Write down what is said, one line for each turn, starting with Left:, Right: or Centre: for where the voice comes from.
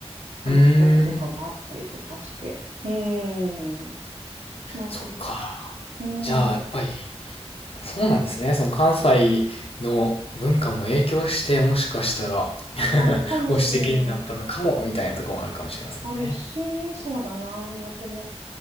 Right: 話し方とかもあったりとかして。
Left: うーん。
Right: うーん。まあ、
Left: そっか。
Right: するけど。うーん。
Left: じゃあ、やっぱり、そうなんですね。その関西の文化も影響して、もしかしたら <laughs>
Right: あるかもしれない。
Left: 保守的 <laughs> になったのかも、みたいなところもあるかもしれませんね。
Right: あるし、そうだな、宮古も